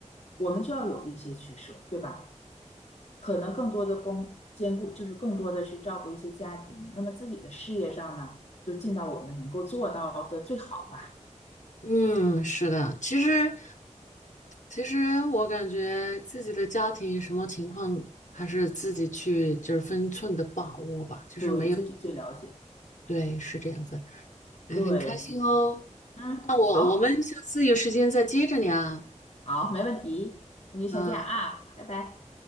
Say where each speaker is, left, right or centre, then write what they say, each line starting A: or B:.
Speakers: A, on the left (about 60°); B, on the left (about 75°).
A: 我们就要有一些取舍，对吧？可能更多的光兼顾，就是更多的去照顾一些家庭。那么自己的事业上呢，就尽到我们能够做到的最好吧，
B: 嗯，是的。其实其实我感觉自己的家庭什么情况，还是自己去就是分寸的把握吧，就是没有，
A: 对自己最了解。
B: 对，是这样子。嗯，
A: 对，
B: 很开心哦。
A: 嗯，
B: 那我我们下次有时间再接着聊。
A: 好，好，没问题，那就先这样啊，
B: 啊。
A: 拜拜。